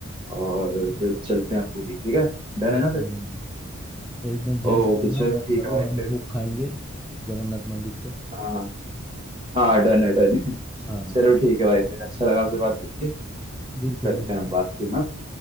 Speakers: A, on the right; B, in the centre.
A: और फिर चलते हैं पूरी ठीक है डन है
B: एकदम
A: ना फिर
B: एकदम एकदम जय
A: ओके
B: जगन्नाथ
A: चलो
B: और
A: ठीक
B: जरूर
A: है भाई
B: हम
A: फिर
B: भोग खाएंगे जगन्नाथ मंदिर का
A: हाँ हाँ हाँ डन है डन है <laughs>
B: हाँ हाँ
A: चलो ठीक है भाई फिर अच्छा लगा आपसे बात करके
B: बिल्कुल
A: करते
B: मुझे
A: हैं
B: भी
A: हम बात फिर ना